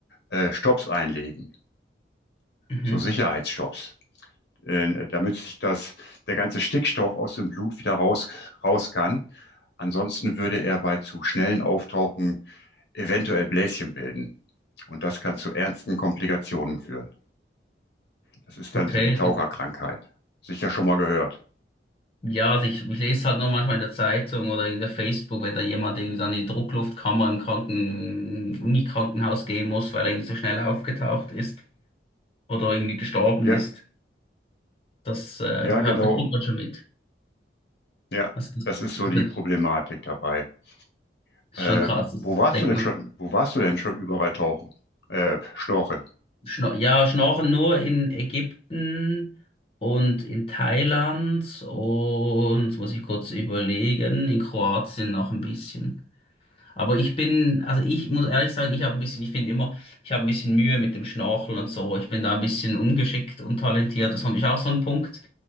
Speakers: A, on the left; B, on the left.
A: äh, Stopps einlegen,
B: Mhm.
A: so Sicherheitsstopps, äh, damit sich das, der ganze Stickstoff aus dem Blut wieder raus, raus kann. Ansonsten würde er bei zu schnellen Auftauchen eventuell Bläschen bilden. Und das kann zu ernsten Komplikationen führen. Das ist
B: Okay.
A: dann so die Taucherkrankheit.
B: das-
A: Sicher schon mal gehört.
B: Ja, also ich, ich lese halt nur manchmal in der Zeitung oder in der Facebook, wenn da jemand irgendwie dann in die Druckluftkammer im Kranken, Unikrankenhaus gehen muss, weil er irgendwie so schnell aufgetaucht ist oder irgendwie gestorben
A: Ja,
B: ist. Das äh, hört,
A: ja, genau.
B: kriegt man schon mit.
A: Ja,
B: Also das,
A: das ist so
B: ist
A: die
B: das
A: Problematik dabei.
B: ist
A: Äh,
B: schon krass. Das
A: wo warst
B: denkt
A: du denn
B: man.
A: schon, wo warst du denn schon überall tauchen? Äh, schnorcheln.
B: Schna ja, Schnorcheln nur in Ägypten und in Thailand und, jetzt muss ich kurz überlegen, in Kroatien noch ein bisschen. Aber ich bin, also ich muss ehrlich sagen, ich habe ein bisschen, ich finde immer, ich habe ein bisschen Mühe mit dem Schnorcheln und so. Ich bin da ein bisschen ungeschickt, untalentiert. Das ist auch so ein Punkt.